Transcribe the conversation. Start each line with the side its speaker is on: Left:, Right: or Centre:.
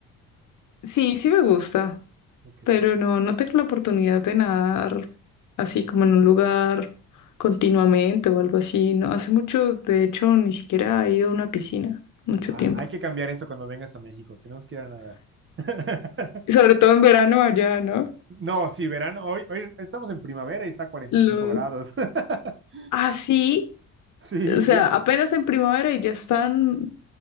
Left: sí, sí me gusta.
Right: Ok.
Left: Pero no, no tengo la oportunidad de nadar así como en un lugar continuamente o algo así. No, hace mucho, de hecho, ni siquiera he ido a una piscina, mucho
Right: Ah,
Left: tiempo.
Right: hay que cambiar eso cuando vengas a México. Tenemos que ir a nadar. <laughs>
Left: Y sobre todo en verano allá, ¿no?
Right: No, sí, verano. Hoy, hoy estamos en primavera y está a 45
Left: Lo...
Right: grados. <laughs>
Left: Ah, sí.
Right: Sí,
Left: O sea,
Right: y es,
Left: apenas en primavera y ya están...